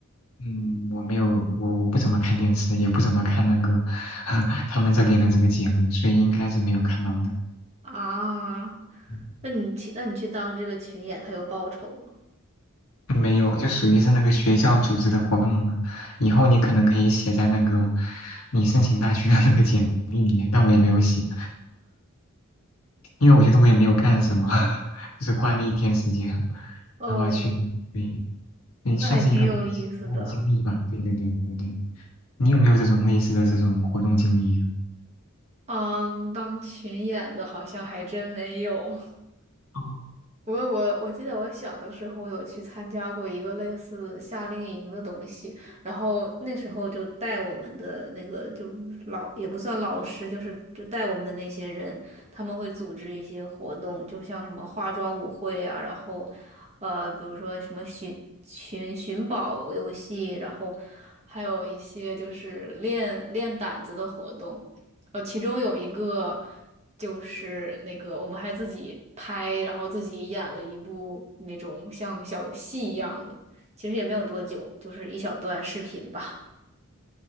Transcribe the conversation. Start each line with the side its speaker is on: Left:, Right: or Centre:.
Left: 嗯，我没有，我我不怎么看电视，也不怎么看那个 <laughs> 他们这边的这个节目，所以应该是没有看到的。
Right: 啊，
Left: 嗯
Right: 那你去，那你去当这个群演，他有报酬吗？
Left: 没有，就属于是那个学校组织的活动嘛。以后你可能可以写在那个你申请大学的那个简历里面，但我也没有写，因为我觉得我也没有干什么，<laughs> 就是花了一天时间，
Right: 哦，
Left: 然后去，对，也算是一个比较奇妙的经历吧。
Right: 那还挺有意思的。
Left: 对对对对对。你有没有这种类似的这种活动经历呀？
Right: 嗯，当群演的好像还真没有。
Left: 哦
Right: 我我我记得我小的时候有去参加过一个类似夏令营的东西，然后那时候就带我们的那个就老也不算老师，就是就带我们的那些人，他们会组织一些活动，就像什么化妆舞会啊，然后呃比如说什么寻寻寻宝游戏，然后还有一些就是练练胆子的活动。呃，其中有一个就是那个我们还自己拍，然后自己演了一部那种像小戏一样的，其实也没有多久，就是一小段视频吧。